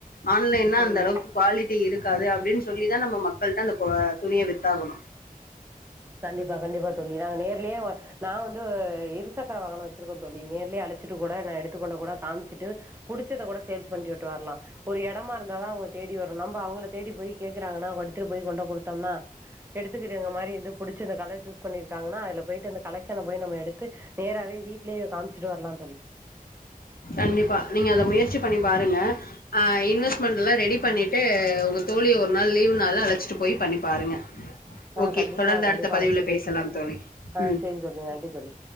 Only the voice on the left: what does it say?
ஆன்லைன்னா
அந்த அளவுக்கு குவாலிட்டி இருக்காது அப்படின்னு சொல்லிதா நம்ம மக்கள்கிட்ட அந்த துணிய வித்தாகணு
கண்டிப்பா நீங்க அத முயற்சி பண்ணி பாருங்க ஆ இன்வெஸ்ட்மெண்ட்லா ரெடி பண்ணிட்டு உங்க தோழிய ஒரு நாள் லீவ்னால அழச்சிட்டு போய் பண்ணி பாருங்க
ஓகே
தொடர்ந்து
அடுத்த பதிவுல
பேசலாம்
தோழி
உம்